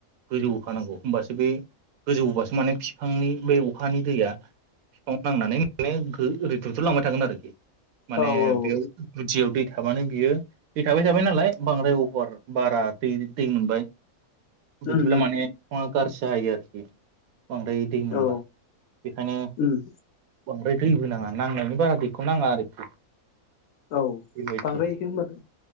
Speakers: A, on the right; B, on the left.
A: गोजौ होखानांगौ होमबासो बै गोजौ बासो माने बिफांनि बे अखानि दैया बिफां नांनानै माने ओरै दुद्रुलांबाय थागोन आरोखि। माने
B: औ औ
A: बेयाव गुदियाव दै था थाबानो बियो दै थाबाय थाबाय नालाय बांद्राय अफार बारा दै दै मोनबाय बिदि
B: उम
A: ब्ला माने फुंवा खार साय आरोखि बांद्राय दै
B: उम
A: मोनबा
B: औ
A: बेखायनो
B: उम
A: बांद्राय दैबोनाङा नांनायनि बारा दै खौ नाङा आरोखि।
B: औ
A: बेबायदि
B: बांद्रायखो होनबाथ